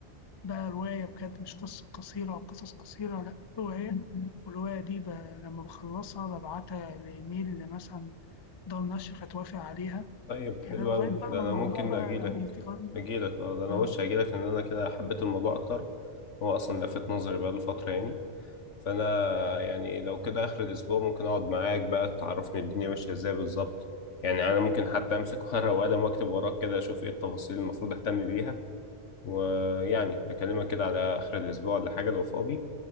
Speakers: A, on the left; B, on the left.
A: ده رواية بجد مش قصة قصيرة أو قصص قصيرة لأ رواية والرواية دي ب... لما بخلصها ببعتها لإيميل مثلا دار نشر فتوافق عليها
B: طيب حلو
A: كده لغاية
B: أوي
A: بقى
B: ده
A: ما
B: أنا
A: الموضوع
B: ممكن
A: بقى
B: أجيلك
A: بيتكرر
B: أجيلك أه ده أنا
A: آه،
B: وش أجيلك لأن أنا كده حبيت الموضوع أكتر هو أصلا لفت نظري بقاله فترة يعني فانا يعني لو كده اخر الاسبوع ممكن اقعد معاك بقى تعرفني الدنيا ماشيه ازاي بالظبط يعني انا ممكن حتى امسك ورقه وقلم واكتب وراك كده اشوف ايه التفاصيل المفروض اهتم بيها ويعني اكلمك كده على اخر الاسبوع ولا حاجه لو فاضي